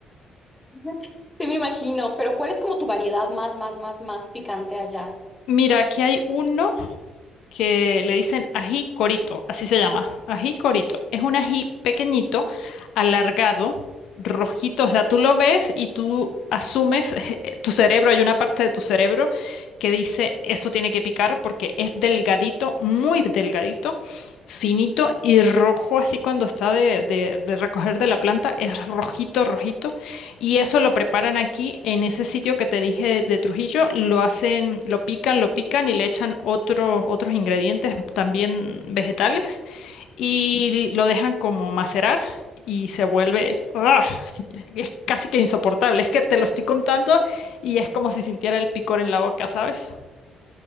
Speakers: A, on the left (about 20°); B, on the left (about 80°).
A: <laughs> Sí, me imagino, pero ¿cuál es como tu variedad más, más, más, más picante allá?
B: Mira, aquí hay uno. que le dicen ají corito, así se llama, ají corito. Es un ají pequeñito, alargado, rojito, o sea, tú lo ves y tú asumes, <laughs> tu cerebro, hay una parte de tu cerebro que dice, esto tiene que picar porque es delgadito, muy delgadito, finito y rojo, así cuando está de, de de recoger de la planta, es rojito, rojito. Y eso lo preparan aquí en ese sitio que te dije de, de Trujillo, lo hacen, lo pican, lo pican y le echan otro- otros ingredientes también vegetales y lo dejan como macerar y se vuelve, ¡ah! Sí, es casi que insoportable. Es que te lo estoy contando y es como si sintiera el picor en la boca, ¿sabes?